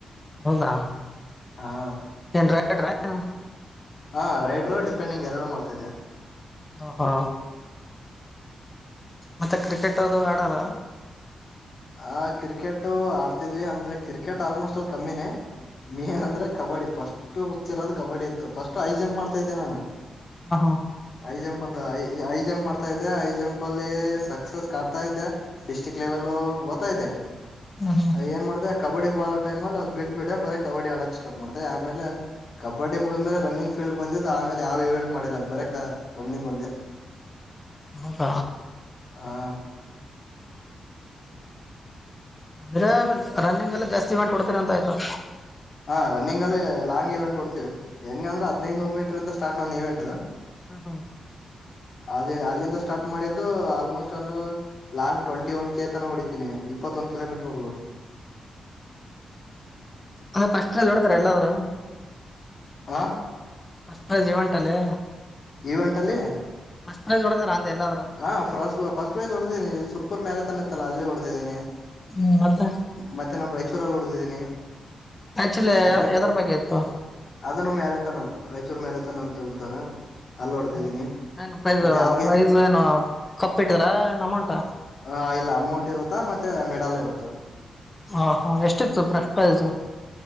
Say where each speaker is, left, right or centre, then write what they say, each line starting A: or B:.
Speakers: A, on the left (about 20°); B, on the left (about 55°).
A: ಹೌದಾ
B: ಹಾ
A: ಏನ್ ರೈಡ್ರಾ ಏನು.
B: ಹಾ ರೈಡ್ರು ಡಿಪೆಂಡಿಂಗ್ ಎರಡು ಮಾಡ್ತಿದ್ದೆ
A: ಹ ಹಾ ಮತ್ತೆ ಕ್ರಿಕೆಟ್ ಅದು ಆಡಲ್ಲ
B: ಆ ಕ್ರಿಕೆಟ್ ಆಡ್ತಿದ್ವಿ ಅಂದ್ರೆ ಕ್ರಿಕೆಟ್ ಆಲ್ಮೋಸ್ಟ್ ಅಲ್ಲಿ ಕಮ್ಮಿನೇ ಮೇನ್ ಅಂದ್ರೆ ಕಬಡ್ಡಿ ಫಸ್ಟ್ ಹಚ್ಚಿರೋದು ಕಬಡ್ಡಿ ಇತ್ತು ಫಸ್ಟ್ ಐ ಜಂಪ್ ಮಾಡ್ತಾ ಇದ್ದೆ ನಾನು
A: ಹ ಹ
B: ಐ ಜಂಪ್ ಅಂತಐ ಐ ಜಂಪ್ ಮಾಡ್ತಾ ಇದ್ದೆ ಐ ಜಂಪ್ ಅಲ್ಲಿ ಸಕ್ಸಸ್ ಕಾತಾ ಇದ್ದೆ ಡಿಸ್ಟ್ರಕ್ ಲೇವಲ್ ವತಾಯತ
A: ಹಾ ಹಾ
B: ಏನ್ ಮಾಡಿದೆ ಕಬಡ್ಡಿ ಬಾಳ ಟೈಮ ಅ್ ಬಿಟ್ ಬಿಡ ಬರೇ ಕಬಡ್ಡಿ ಆಡಕ್ ಸ್ಟಾರ್ ಮಾಡಿದೆ ಆಮೇಲೆ ಕಬಡ್ಡಿ ಮುಗಿದ ಮೇಲೆ ರನ್ನಿಂಗ್ ಫೀಲ್ಡ್ ಬಂದಿದ್ದು ಆಮೇಲೆ ಯಾವ ಇವೆಂಟ್ ಮಾಡಿಲ್ಲಲಕ್ ಬರ ಕ ರನ್ನಿಂಗ್ ಒಂದೇ ಅ
A: ಹೌದ
B: ಹಾ
A: ಆದ್ರೆ ರನ್ನಿಂಗ್ ಎಲ್ಲ ಜಾಸ್ತಿ ಇಮೆಂಟ್ ಕೊಡ್ತೀರಿ ಅಂತ ಆಯ್ತು
B: ಹಾ ರನ್ನಿಂಗ ಅಲ್ಲಿ ಲಾಂಗ್ ಇವೆಂಟ್ ಕೊಡ್ತೀವಿ ಹೆಂಗ ಅಂದ್ರ ಹದಿನೈದುನೂರು ಮೀಟರ್ ಇಂದ ಸಾರ್ಟ್ ನನ್ನ ಇವೆಂಟ್
A: ಹಾ ಹಾ
B: ಅಲ್ಲಿ ಅಲ್ಲಿಂದ ಸ್ಟಾರ್ಟ್ ಮಾಡಿದ್ದು ಆಲ್ಮೋಸ್ಟ್ ಅಲ್ಲ ಲಾಂಗ್ ಟ್ವೆಂಟ ಒನ್ಗೆೇತನ ಹೊಡಿತೀನಿ ಇಪ್ಪತ್ತೊಂದು ಕಿೋೀಟರ್ವಗೂ
A: ಅ ಪಸ್ಟ್ಲ್ಲಿ ಬಿಡತಾರ ಎಲ್ಲಾದ್ರು
B: ಹ
A: ಮಸ್ ಜೀವಂಟಲ್ಲೆ
B: ಈವೆಂಟ್ ಅಲ್ಲಿ
A: ಮಸ್ ಜೋಡಂದ್ರ ಅಂದ ಎಲ್ಲರು
B: ಹಾಫಸ್ಟ್ ಫಸ್ಟ್ ಪ್ರೈಸ್ ಹೊಡೆ್ದೀನಿ ಸುಪೂರ್ ಮ್ಯಾರೇ ತನ್ ಇತ್ತಲ್ಲ ಅಲ್ಲಿ ಹೊಡೆದಿದ್ದೀನಿ
A: ಹ್ಮ್ ಅತ್ತ
B: ಮತ್ತೆ ನಮ್ ರಾಯಚೂರಲ್ಲಿ ಹೊಡೆದಿದ್ದೀನಿ
A: ಆಕ್ಚುಲಿ
B: ಅದ್ ಬೇ
A: ಎದ್ರ ಬಗ್ಗೆ ಆತತ್ತು
B: ಅದನ್ನು ಮ್ಯಾರೆತನ ರಾಯಚೂರು ಮ್ಯಾರೆತನ ಅಂತ ಬಿಡ್ತಾರ ಅಲ್ಲಿ ಹೊಡೆದಿದ್ದೀನಿ
A: ಹ ಏನ್ ಪ್ರೈಸ್
B: ಮತ್ತೆ ಯಾವ್ದಗೆ
A: ಪ್ರೈಸ್ ಏನು ಕಪ್ಪಿಟ್ಟರ ಏನ್ ಅಮೌಂಟ
B: ಹ ಇಲ್ಲ ಅಮೌಂಟ್ ಇರುತ್ತಾ ಮತ್ತೆ ಮೆಡಲ್ ಇರುತ್ತಾ
A: ಹಾ ಹಾ ಎಷ್ಟಿತ್ತು ಪ್ರಷ್ಟಯತು